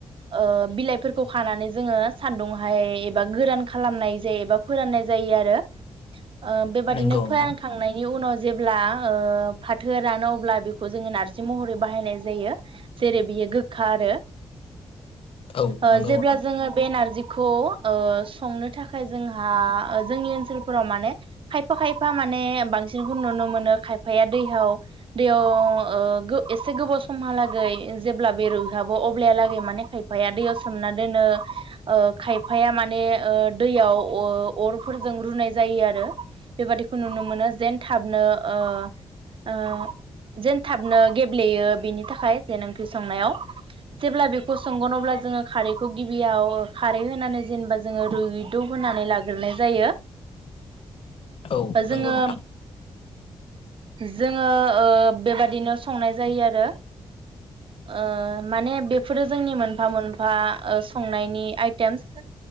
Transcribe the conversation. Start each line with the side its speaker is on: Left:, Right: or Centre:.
Right: ओ बिलायफोर खौ खानानै जोंङो सान्दुंहाय एबा गोरान खालामनाय जायो एबा फोराननाय जायो आरो ओ बेबायदिनो
Left: नंगौ
Right: फोरानखांनायनि
Left: नोंथां
Right: उनाव जेब्ला ओ फाथोआ रानो अब्ला बेखौ जोंङो नारजि महरै बाहायनाय जायो। जेरै बियो गोखा आरो
Left: औ
Right: ओ
Left: नंगौ
Right: जेब्ला
Left: नोंथां
Right: जोंङो बे नारजिखौ ओ संनो थाखाय जोंहा जोंनि ओनसोलफोराव माने खायफा खायफा माने बांसिनखौ नुनो मोनो खायफाया दैयाव दैयाव ओ गो एसे गोबाव समहालागै जेब्ला बे रुइहाबो अब्लाया लागै माने खायफाया दैयाव सोमनानै दोनो। ओ खायफा माने ओ दैयाव ओ अरफोरजों रुनाय जायो आरो बेबादिखौ नुनो मोनो। जेन थाबनो ओ ओ जेन थाबनो गेब्लेयो बेनि थाखाय जेन ओंख्रि संनायाव। जेब्ला बेखौ संगोन अब्ला जोंङो खारैखौ गिबियाव खारै होनानै जेनेबा जोङो रुइदबहोनानै लाग्रोनाय जायो।
Left: औ
Right: जोंङो
Left: नंगौ नोंथां
Right: जोंङो ओ बेबादिनो संनाय जायो आरो ओ माने बेफोरो जोंनि मोनफा मोन फा ओ संनायनि आइटेमस।